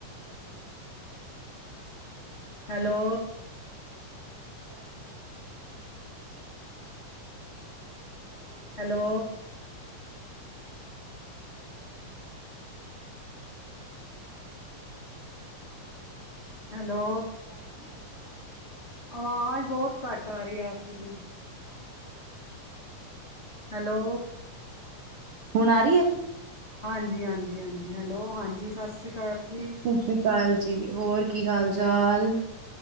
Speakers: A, on the right; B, on the left.
A: Hello <inaudible>
B: hello.
A: ਸਤਿ ਸ਼੍ਰੀ ਅਕਾਲ ਜੀ <inaudible> ਹੈਲੋ <inaudible>
B: ਹੈਲੋ।
A: <inaudible>
B: ਹੈਲੋ
A: ਆਵਾਜ਼ ਨਹੀਂ ਆ ਰਹੀ ਕਿਆ <inaudible>
B: ਆਵਾਜ਼ ਬਹੁਤ ਘੱਟ ਆ ਰਹੀ ਆ, ਆਪ ਜੀ ਦੀ।
A: <unintelligible>
B: ਹੈਲੋ।
A: ਹੁਣ ਆ ਰਹੀ ਹੈ?
B: ਹਾਂਜੀ- ਹਾਂਜੀ, ਹਾਂਜੀ ਹੈਲੋ, ਹਾਂਜੀ ਸਤਿ ਸ਼੍ਰੀ ਅਕਾਲ। ਜੀ।
A: ਸਤਿ ਸ੍ਰੀ ਅਕਾਲ। ਜੀ ਹੋਰ ਕੀ ਹਾਲ -ਚਾਲ।